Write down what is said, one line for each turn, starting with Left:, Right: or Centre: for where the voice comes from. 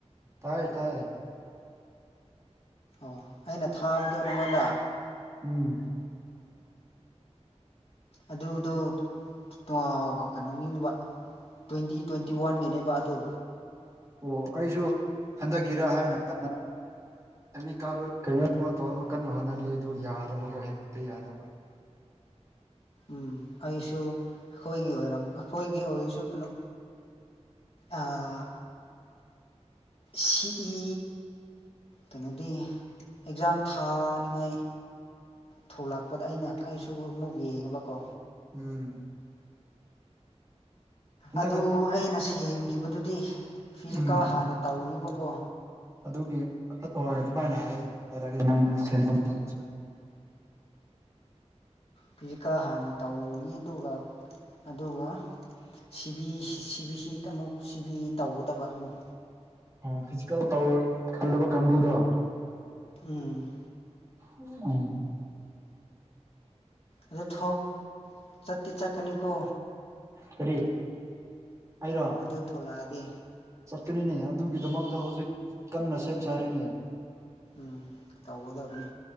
Right: ꯇꯥꯏ ꯇꯥꯏ
Left: ꯑꯣ ꯑꯩꯅ ꯊꯥꯕꯗꯣ ꯅꯪꯉꯣꯟꯗ
Right: ꯎꯝ
Left: ꯑꯗꯨꯗꯣ ꯄꯥ ꯀꯩꯅꯣꯅꯤꯗꯕ ꯇꯣꯏꯟꯇꯤ ꯇꯣꯏꯟꯇꯤ ꯋꯥꯟꯒꯤꯅꯦꯕ ꯑꯗꯣ
Right: ꯑꯣ ꯑꯩꯁꯨ ꯍꯟꯗꯛꯀꯤꯔ ꯍꯥꯏꯅ ꯇꯥ ꯑꯦꯃꯤ ꯀꯥꯔꯣꯏ ꯀꯩꯅꯣ ꯑꯃ ꯇꯧꯅꯕ ꯀꯟꯅ ꯍꯣꯠꯅꯔꯤ ꯑꯗꯨ ꯌꯥꯗꯕꯀꯣ ꯍꯦꯛꯇ ꯌꯥꯗꯕ
Left: ꯎꯝ ꯑꯩꯁꯨ ꯑꯩꯈꯣꯏꯒꯤ ꯑꯣꯏꯔꯝ ꯑꯩꯈꯣꯏꯒꯤ ꯑꯣꯏꯔꯁꯨ ꯀꯩꯅꯣ ꯑꯥ ꯁꯤ ꯏ ꯀꯩꯅꯣꯗꯤ ꯑꯦꯛꯖꯥꯝ ꯊꯥꯅꯤꯡꯉꯥꯏ ꯊꯣꯂꯛꯄꯗ ꯑꯩꯅ ꯑꯩꯁꯨ ꯑꯃꯨꯛ ꯌꯦꯡꯉꯦꯕꯀꯣ
Right: ꯎꯝ ꯍꯟꯗꯛ
Left: ꯑꯗꯨ ꯑꯩꯅ ꯁꯦꯝꯈꯤꯕꯗꯨꯗꯤ ꯐꯤꯖꯤꯀꯦꯜ
Right: ꯎꯝ
Left: ꯍꯥꯟꯅ ꯇꯧꯅꯤꯕꯀꯣ
Right: ꯑꯗꯨꯒꯤ ꯍꯣꯏ ꯑꯗꯨꯃꯥꯏꯅ ꯍꯥꯏ ꯍꯥꯏꯔꯛꯑꯦ ꯅꯪ ꯁꯦꯝꯕ ꯃꯇꯝꯗꯁꯨ
Left: ꯐꯤꯖꯤꯀꯦꯜ ꯍꯥꯟꯅ ꯇꯧꯅꯤ ꯑꯗꯨꯒ ꯑꯗꯨꯒ ꯁꯤꯕꯤ ꯁꯤꯕꯤ ꯁꯤ ꯑꯃꯨꯛ ꯁꯤꯕꯤ ꯇꯧꯒꯗꯕ ꯑꯃꯨꯛ
Right: ꯑꯣ ꯐꯤꯖꯤꯀꯦꯜ ꯇꯧꯔ ꯈꯜꯂꯕ ꯀꯥꯡꯕꯨꯗꯣ
Left: ꯎꯝ
Right: ꯎꯝ
Left: ꯑꯗꯨ ꯊꯣꯛ ꯆꯠꯇꯤ ꯆꯠꯀꯅꯤꯀꯣ
Right: ꯀꯔꯤ ꯑꯩꯔꯣ
Left: ꯗꯨ ꯊꯣꯛꯂꯥꯛꯑꯗꯤ
Right: ꯆꯠꯀꯅꯤꯅꯦ ꯑꯗꯨꯒꯤꯗꯃꯛꯇ ꯍꯧꯖꯤꯛ ꯀꯟꯅ ꯁꯦꯝ ꯁꯥꯔꯤꯅꯦ
Left: ꯎꯝ ꯇꯧꯒꯗꯕꯅꯤ